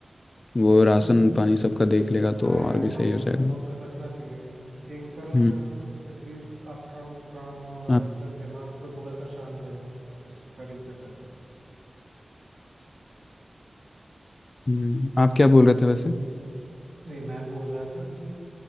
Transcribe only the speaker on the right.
हम्म
हाँ
यार
नौकर
नौकर रखना चाहिए एक तरफ
तो एटलीस्ट आपका काम और
आपका दिमाग तो थोड़ा सा शांत रहेगा उस तरीके से
नहीं मैं बोल रहा था कि